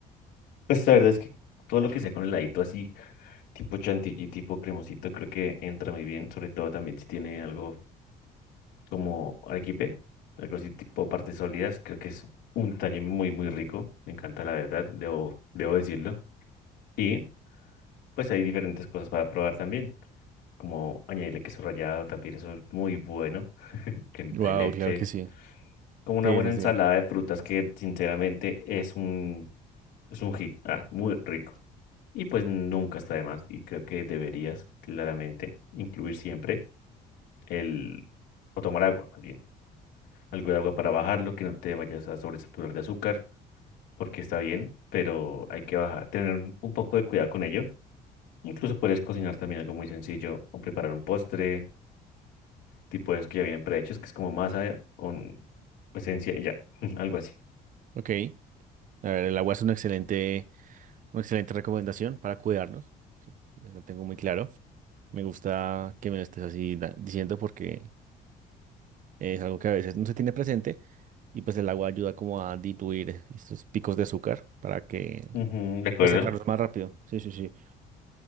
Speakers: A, on the left; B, on the right.
A: pues la verdad es que todo lo que sea con heladito así, tipo chantilly, tipo cremosito, creo que entra muy bien, sobre todo también si tiene algo como arequipe, algo así tipo partes sólidas, creo que es un detalle muy, muy rico, me encanta la verdad, debo, debo decirlo. Y pues hay diferentes cosas para probar también, como añadirle queso rallado, también eso es muy bueno, cremita
B: Wow,
A: de leche,
B: claro que sí.
A: como una
B: Sí,
A: buena
B: sí,
A: ensalada
B: sí.
A: de frutas que sinceramente es un Es un hit, ah, muy rico. Y pues nunca está de más. Y creo que deberías claramente incluir siempre el... o tomar agua, más bien. Algo de agua para bajarlo, que no te vayas a sobresaturar de azúcar, porque está bien, pero hay que bajar, tener un un poco de cuidado con ello. Incluso puedes cocinar también algo muy sencillo o preparar un postre, tipo de esos que ya vienen prehechos, que es como masa con esencia, y ya, <laughs> algo así.
B: Ok. A ver, el agua es una excelente, una excelente recomendación para cuidarnos. eh, Lo tengo muy claro. Me gusta que me lo estés así da- diciendo porque es algo que a veces no se tiene presente y pues el agua ayuda como a diluir estos picos de azúcar para que
A: Ujú, de acuerdo.
B: pues sacarlos más rápido. Sí, sí, sí.